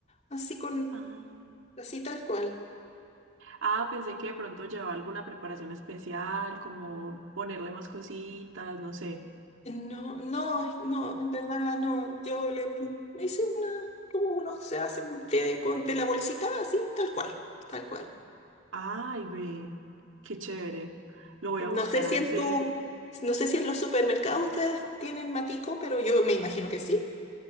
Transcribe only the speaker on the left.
así con,
así tal cual.
No, no, no, en verdad no. Yo le me hice una, como uno se hace un té de, con, de la bolsita, así, tal cual, tal cual.
No
sé si
en
tu, no sé si en los supermercados ustedes tienen matico, pero yo me imagino que sí.